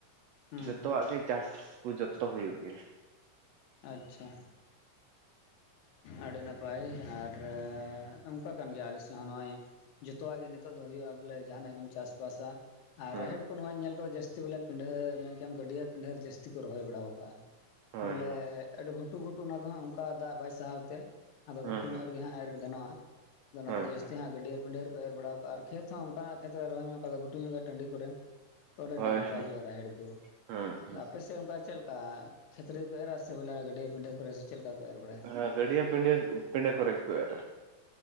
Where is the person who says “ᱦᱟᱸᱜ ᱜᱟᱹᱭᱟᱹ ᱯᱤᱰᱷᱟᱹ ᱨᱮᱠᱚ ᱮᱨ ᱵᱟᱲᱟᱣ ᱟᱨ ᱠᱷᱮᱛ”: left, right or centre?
Left